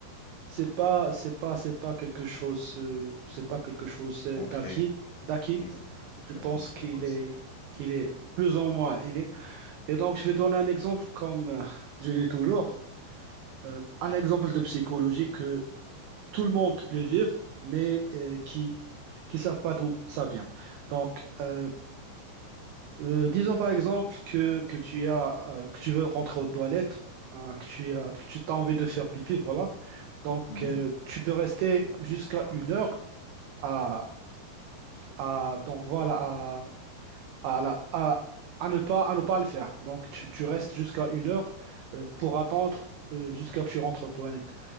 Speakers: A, on the right; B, on the left.
A: c'est pas, c'est pas, c'est pas quelque chose, euh, c'est pas quelque chose euh,
B: ancrées.
A: d'acquis, d'acquis.
B: Exact.
A: Je
B: Daki,
A: pense qu'il
B: d'accord.
A: est, qu'il est plus ou moins inné. Et donc, je vais donner un exemple, comme euh, je dis toujours, euh, un exemple de psychologie que tout le monde le vit, mais euh, qui qui savent pas d'où ça vient. Donc, euh, euh, disons par exemple que, que tu as, euh, que tu veux rentrer aux toilettes, hein, que tu as, que tu t'as envie de faire pipi, voilà. Donc,
B: Mhm.
A: euh, tu peux rester jusqu'à une heure à, à donc voilà à, la- à, à ne pas, à ne pas le faire. Donc, tu, tu restes jusqu'à une heure euh, pour attendre euh, jusqu'à que tu rentres aux toilettes.